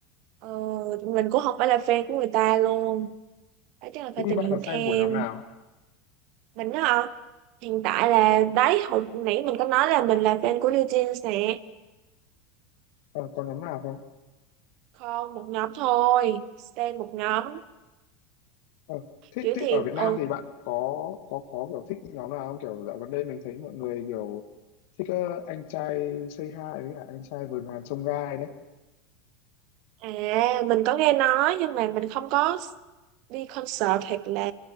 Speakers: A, on the right; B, on the left.
A: ờ mình cũng không phải là fan của người ta luôn đó chắc là phải
B: thế thì
A: tìm
B: bạn
A: hiểu
B: là fan
A: thêm
B: của nhóm nào
A: mình á hả hiện tại là đấy hồi nãy mình có nói là mình là fan của New Jeans nè
B: ờ, có nhóm nào không
A: không một nhóm thôi stan một nhóm
B: ờ, thế,
A: kiểu
B: thế
A: thì
B: ở Việt
A: ừ
B: Nam thì bạn có có có kiểu thích nhóm nào không kiểu dạo gần đây mình thấy mọi người kiểu thích ờ, anh trai Say Hi với cả anh trai vườn ngàn chông gai đấy
A: À, mình có nghe nói nhưng mà mình không có đi concert hoặc là